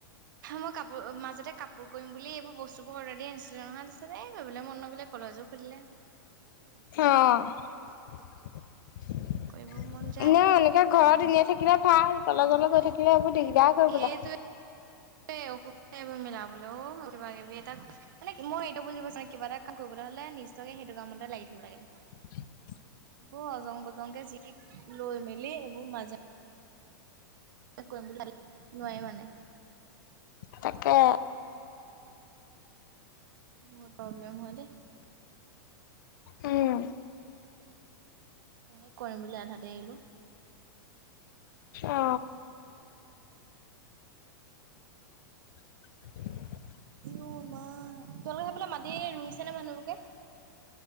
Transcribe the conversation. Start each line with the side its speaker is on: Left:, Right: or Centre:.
Right: মই কাপোৰ মাজতে কাপোৰ কৰিম বুলি এইবোৰ বস্তু বোৰ অৰ্ডাৰ দি আনিছিলো নহয় তাৰিছত এ কৰিবলে মন নগলে। কলেজো খুলিলে। গ'ল।
Left: অ', এনেকে
Right: কৰিব মন যায় টাইমে
Left: ঘৰত ধুনীয়া থাকিলে ভাল। কলেজলে গৈ থাকিবে এইবোৰ দিগদাৰ কৰিবলে।
Right: সেইটোৱে এইবোৰ মিলাবলৈ অ' কিবা কিবি এ মানে মই সটো বুজিব পচ কিবা এটা কাম কৰিব। হ'লে নিশ্চকে সেইটো কামতে লাগি থাকিব লাগে।
Left: উ <inaudible>
Right: এইবোৰ অজং-বজংকে জিক লৈ মেলি এইবোৰ মাজ, কৰিম বুলি ভ নোৱাই মানে।
Left: তাকে
Right: বৰ প্ৰব্লেম হয় দে।
Left: উম
Right: সে কৰিম বুলি আধাতে এৰিলো।
Left: অ <inaudible>
Right: উ মা তোমালোকে সেইফে মাতি ৰুইছে নে মানুহবোকে।